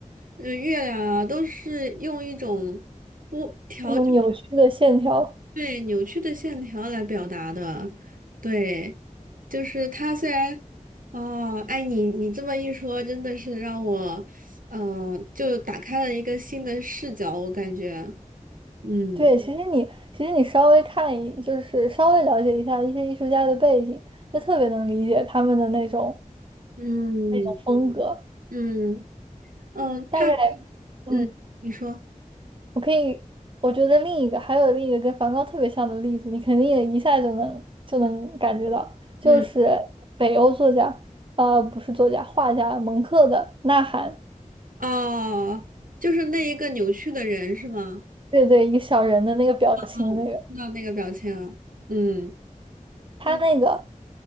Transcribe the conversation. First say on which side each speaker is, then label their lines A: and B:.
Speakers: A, on the right (about 80°); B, on the right (about 40°).
A: 呃，月亮啊，都是用一种不条，
B: 那种扭曲的线条。
A: 对，扭曲的线条来表达的，对，就是它虽然，哦，哎，你你这么一说，真的是让我，嗯、就打开了一个新的视角，我感觉，嗯
B: 对，其实你其实你稍微看一，就是稍微了解一下一些艺术家的背景，就特别能理解他们的那种
A: 嗯
B: 那种风格。
A: 嗯嗯，
B: 大概，
A: 它，
B: 嗯，
A: 嗯，你说。
B: 我可以，我觉得另一个还有另一个跟梵高特别像的例子，你肯定也一下就能就能感觉到，就是北欧作家，
A: 嗯。
B: 呃，不是作家，画家蒙克的《呐喊》，
A: 哦，就是那一个扭曲的人是吗？
B: 对对，一个小人的那个表情的那个。
A: 哦，看到那个表情了嗯
B: 他那个，
A: 嗯